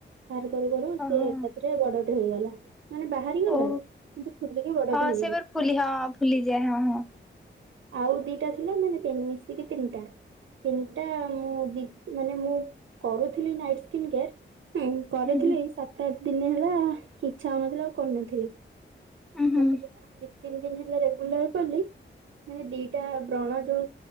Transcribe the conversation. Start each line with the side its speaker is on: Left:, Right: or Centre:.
Right: ବାହାର କରୁ କରୁ ସିଏ
Centre: ଓହୋ
Right: ମଚିରେ ବଡ଼ ଟେ ହେଇଗଲା ମାନେ ବା ବାହାରିଗଲା
Centre: ଓ
Right: କିନ୍ତୁ ଖୁଲିକି ବଡଟା
Centre: ହଁ
Right: ହେଇଗଲା।
Centre: ସେ ବାର ଫୁଲି ହଁ ଫୁଲିଯାଏ ହଁ ହଁ
Right: ଆଉ ଦିଟା ଥିଲା ମାନେ ମିଶିକି ତିନିଟା ତିନିଟା ମୁଁ ଦି ମାନେ ମୁଁ କରୁଥିଲି ନାଇଟ ସ୍କିନ କେୟାର କରିଥିଲି
Centre: ହୁଁ ହୁଁ
Right: ଏଇ ସପ୍ତାହ ଟା ଦିନେ ହେଲା ଇଚ୍ଛା ହଉନଥିଲା ଆଉ କରୁନଥିଲି
Centre: ହୁଁ ହୁଁ
Right: ତାପରେ ତିନି ଦିନ ହେଲା ରେଗୁଲାର କଲି ମାନେ ଦିଟା ବ୍ରଣ ଯୋଉ